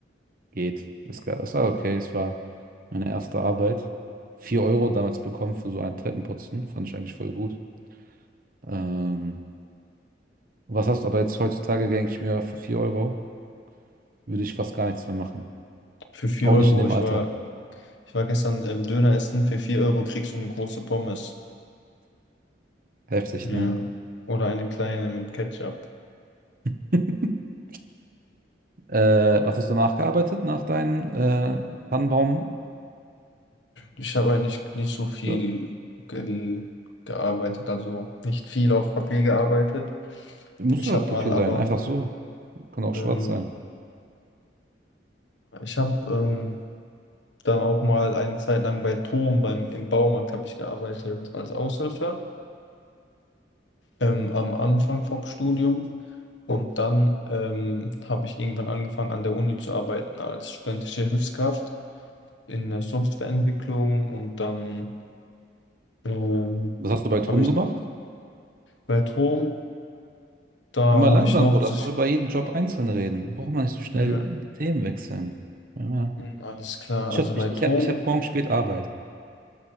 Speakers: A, on the right; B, on the left.
A: Geht. Es war, es war okay. Es war meine erste Arbeit. 4 Euro damals bekommen für so einen Treppenputzen. Fand ich eigentlich voll gut. Ähm, was hast du aber jetzt heutzutage, denke ich mir, für 4 Euro würde ich fast gar nichts mehr machen.
B: Für 4
A: Auch
B: Euro,
A: nicht in dem
B: ich
A: Alter.
B: war Ich war gestern ähm, Döner essen. Für 4 Euro kriegst du eine große Pommes.
A: Heftig,
B: Ja.
A: ne?
B: Oder eine kleine mit Ketchup.
A: <laughs> Äh, was hast du nachgearbeitet nach deinem äh, Tannenbaum?
B: Ich habe eigentlich nicht so viel
A: Ja.
B: ge gearbeitet, also nicht viel auf Papier gearbeitet.
A: Muss
B: Ich
A: doch
B: habe
A: Papier
B: mal aber,
A: sein, einfach so. Kann auch
B: ähm,
A: schwarz sein.
B: ich habe ähm, dann auch mal eine Zeit lang bei Tom, beim, im Baumarkt habe ich gearbeitet als Aushilfe ähm, am Anfang vom Studium. Und dann ähm, habe ich irgendwann angefangen an der Uni zu arbeiten als studentische Hilfskraft. in der Softwareentwicklung und dann ähm,
A: Was hast du bei Tom
B: habe ich
A: gemacht?
B: bei Tom, da habe
A: Immer langsam,
B: ich hauptsächlich,
A: Bruder. Lass doch über jeden Job einzeln reden. Braucht man nicht so schnell
B: ne,
A: die Themen wechseln. Ja.
B: alles klar,
A: Ich
B: also
A: habe
B: bei
A: ich,
B: Tom.
A: ich hab, ich hab morgen spät Arbeit.